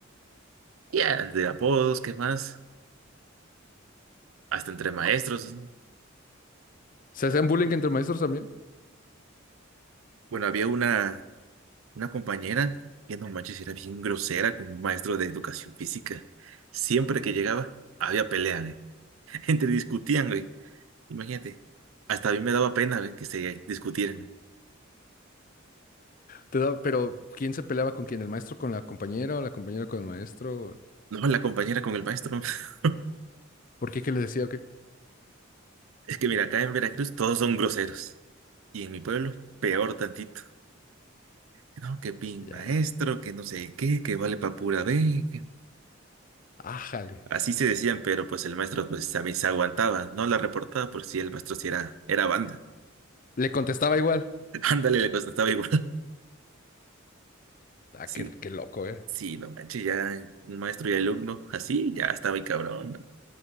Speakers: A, on the right; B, on the left.
A: ya, de apodos, ¿qué más? Hasta entre maestros. ¿no?
B: ¿Se hacían bullying entre maestros también?
A: Bueno, había una, una compañera que no manches, era bien grosera con un maestro de educación física. Siempre que llegaba, había pelea, güey. <laughs> Gente discutían, güey. Imagínate. Hasta a mí me daba pena, güey, que se discutieran.
B: Te da- pero ¿quién se peleaba con quién? ¿El maestro con la compañera o la compañera con el maestro?
A: No, la compañera con el maestro. <laughs>
B: ¿Por qué? ¿Qué le decía o qué?
A: Es que mira, acá en Veracruz todos son groseros. Y en mi pueblo, peor tantito. No, que pin
B: Ya,
A: maestro,
B: ya.
A: que no sé qué, que vale pa' pura B. que-
B: Ájale.
A: Así se decían, pero pues el maestro pues a mí se aguantaba, no la reportaba por si el maestro sí era, era banda.
B: ¿Le contestaba igual?
A: <laughs> Ándale, le contestaba igual. <laughs>
B: Ah,
A: Sí,
B: qué, qué loco, ¿eh?
A: sí, no manches, ya un maestro y alumno, así ya estaba muy cabrón. ¿no?